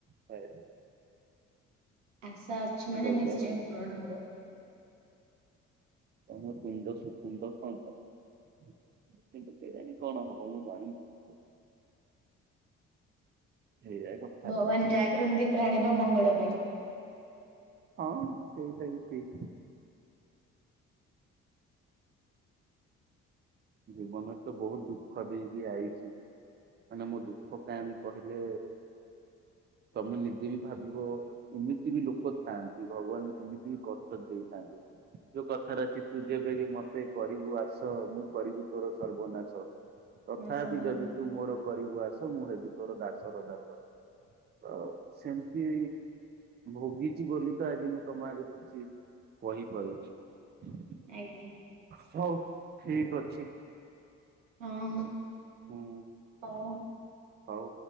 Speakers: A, on the right (about 30°); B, on the right (about 80°).
A: ଥାଏ।
B: ଆଶା ଅଛି ମାନେ
A: ଜଗାର
B: ନିଶ୍ଚୟ ପୂରଣ ହବ।
A: ତୁମ ତୁଣ୍ଡ ସୁତୁଣ୍ତ ହୋନ୍ତା <unintelligible> କେଜାଣି କଣ ହବ ମୁଁ ଜାଣି ପା ହେଇଆ କ
B: ଭଗବାନ ଜା କରନ୍ତି ପ୍ରାଣୀର ମଙ୍ଗଳ ପାଇଁ।
A: ହଁ ସେଇଟା ବି ଠିକ୍। ଜୀବନ ତ ବହୁତ ଦୁଃଖ ଦେଇକି ଆଇଛି। ମାନେ ମୋ ଦୁଃଖ କାହାଣୀ କହିଲେ ତମେ ନିଜେ ବି ଭାବିବ ଏମିତି ବି ଲୋକ ଥାଆନ୍ତି। ଭଗବାନ କେମିତି ବି କସ୍ଟ ଦେଇଥାନ୍ତି। ଯୋଉ କଥାରେ ଅଛି ତୁ ଯେବେକ ମତେ କରିବୁ ଆସ ମୁଁ କରିବୁ ତୋର ସର୍ବନାଶ। ତଥାପି
B: ଆସ ହଁ
A: ଯଦି
B: ହୁଁ
A: ତୁ ମୋର କରିବୁ ଆସ ମୁଁ ହେବି ତୋର ଦାସର ଦାସ। ତ ସେମି ଭୋଗିଛି ବୋଲି ତ ଆଜି ମୁଁ ତମ ଆଗରେ କିଛି କହି ପାରୁଛି।
B: ଆଜ୍ଞା।
A: ହଉ ଠିକ ଅଛି।
B: ହଁ ହଁ
A: ହୁଁ
B: ହଉ।
A: ହଉ।